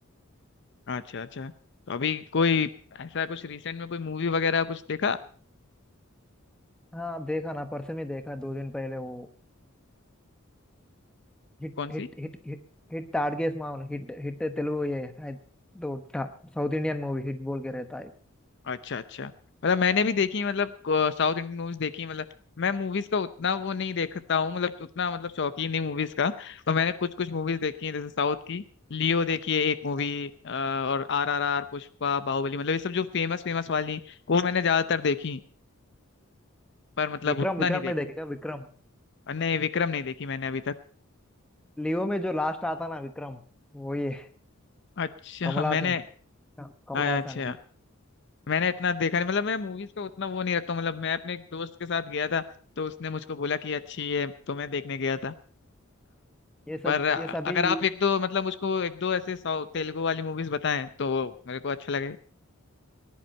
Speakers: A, on the left; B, in the centre.
A: अच्छा अच्छा तो अभी कोई ऐसा कुछ रिसेंट में कोई मूवी वगैरह कुछ देखा
B: हाँ देखा ना परसों में देखा दो दिन पहले वो hit
A: कौन
B: hit
A: सी
B: hit hit hit टाडगेस मामन हिट हिट तेलुगु ये है तो टा- साउथ इंडियन मूवी हिट बोल के रहता है
A: अच्छा अच्छा मतलब मैंने भी देखी मतलब अ, साउथ इंडियन मूवीज देखी मतलब मैं मूवीज का उतना वो नहीं देखता हूँ मतलब उतना मतलब शौकीन नहीं मूवीज का तो मैंने कुछ कुछ मूवीज देखी है जैसे साउथ की लियो देखी है एक मूवी और आर आर आर पुष्पा बाहुबली मतलब ये सब जो फेमस फेमस वाली वो मैंने ज्यादातर देखी पर मतलब
B: विक्रम
A: उतना
B: विक्रम
A: नहीं देखा
B: नहीं देखेगा विक्रम
A: नहीं विक्रम नहीं देखी मैंने अभी तक
B: लियो में जो लास्ट आता ना विक्रम वो ये
A: अच्छा
B: कमल
A: मैंने
B: हासन हाँ, कमल
A: अच्छा
B: हासन की
A: मैंने इतना देखा नहीं मतलब मैं मूवीज का उतना वो नहीं रखता हूँ मतलब मैं अपने एक दोस्त के साथ गया था तो उसने मुझको बोला कि अच्छी है तो मैं देखने गया था
B: ये सब
A: पर
B: ये सभी
A: अगर आप एक दो मतलब मुझको एक दो ऐसे साउथ तेलुगु वाली मूवीज बताएं तो मेरे को अच्छा लगे